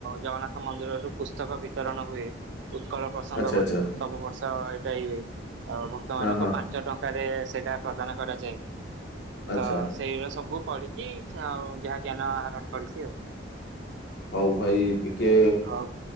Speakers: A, on the right; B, on the left.
A: ଜଗନ୍ନାଥ ମନ୍ଦିର ରୁ ପୁସ୍ତକ ବିତରଣ ହୁଏ। ଉତ୍କଳ ପ୍ରସଙ୍ଗ
B: ଆଚ୍ଛା
A: ବୋଲି
B: ଆଚ୍ଛା
A: ସବୁ ବର୍ଷ ଏଇଟା ହି ହୁଏ। ଆଉ ଭକ୍ତ ମାନଙ୍କୁ
B: ହଁ ହଁ
A: ପାଞ୍ଚ ଟଙ୍କାରେ ସେଟା ପ୍ରଦାନ କରାଯାଏ।
B: ଆଚ୍ଛା
A: ତ ସେଇ ର ସବୁ ପଢିକି ଆଉ ଯାହା ଜ୍ଞାନ ଆହରଣ କରିଛି ଆଉ।
B: ହଉ ଭାଇ ଟିକେ
A: ହଉ